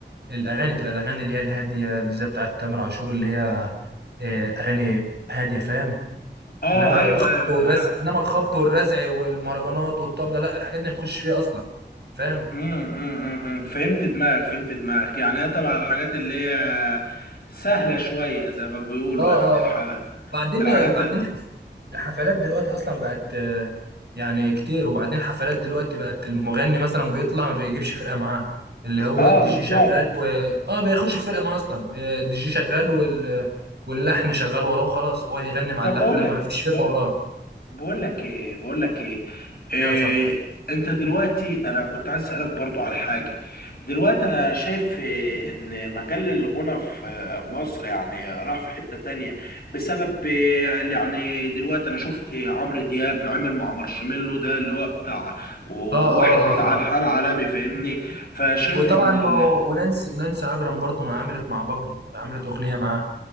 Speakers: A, on the right; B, on the left.
A: الاغاني بتبقى الاغاني اللي هي الهاديه اللي زي بتاعه تامر عاشور اللي هي آه، اغاني هاديه فاهم
B: اه
A: انما
B: ايوه
A: الخبط
B: ايوه
A: والرزع
B: يعني
A: انما الخبط والرزع والمهرجانات والطبله لا الحاجات دي ما بتخش فيها اصلا فاهم
B: امم امم أمم. امم. فهمت دماغك فهمت دماغك يعني هي تبع الحاجات اللي هي سهلة شوية زي ما بيقولوا
A: اه اه
B: يعني الح...
A: اه بعدين
B: الحاجات
A: بعدين
B: ال-
A: الحفلات دلوقتي اصلا بقت آه، يعني كتير وبعدين الحفلات دلوقتي بقت المغني مثلا بيطلع ما بيجيبش فرقه معاه اللي هو
B: اه
A: الدي
B: بالظبط
A: جي شغال و اه بياخدش فرقه معاه اصلا آه، الدي جي شغال وال... واللحن شغال وراه وخلاص هو يغني مع
B: طب
A: اللحن
B: بقول
A: انما
B: لك
A: ما فيش فرقه
B: بقول
A: وراه
B: لك ايه بقول لك ايه إيه
A: ايوه صح
B: انت دلوقتي انا كنت عايز اسالك برضو على حاجه دلوقتي انا شايف إيه، ان مجال الغنى في آه، مصر يعني راح في حته تانية بسبب آه، يعني دلوقتي انا شفت عمرو دياب عمل مع مارشميلو ده اللي هو بتاع واحد
A: اه اه
B: بتاع
A: اه
B: الحان
A: اه
B: علبي فاهمني فشايف
A: وطبعا
B: ان
A: ما
B: ال...
A: هو- ونانسي نانسي عجرم برضو ما عملت مع بابلو عملت اغنيه معاه